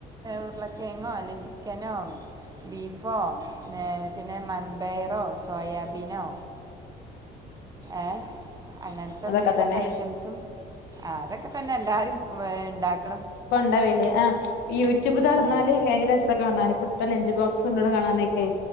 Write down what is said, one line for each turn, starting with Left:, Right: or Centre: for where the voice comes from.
Right: ഉരുളക്കേങ്ങോ അല്ലേ ചിക്കനോ ബീഫോ പിന്നെ മൺപയറോ സോയാബീനോ. ഏഹ് അങ്ങൻത്തെ
Left: അതൊക്കെ
Right: ന്തേലൊക്കെ
Left: തന്നെ
Right: ഐറ്റംസും. ആ അതൊക്കെ തന്നെ എല്ലാരും വ് ഉണ്ടാക്ക
Left: കൊണ്ടാവില്ലേ ആഹ് യൂട്യൂബ്തൊർന്നാല്
Right: ആ
Left: ഭെയ്ങ്കരരസാ കാണാൻ പു ലെഞ്ച് ബോക്സ് കൊണ്ടോണ കാണാനൊക്കെ